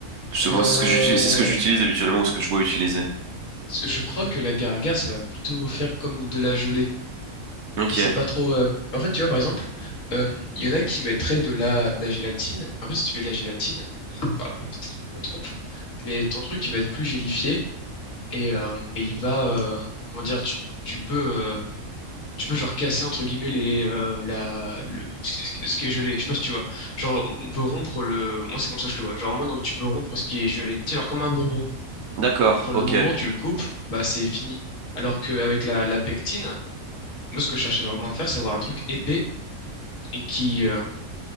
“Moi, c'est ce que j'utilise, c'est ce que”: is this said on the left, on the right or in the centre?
Right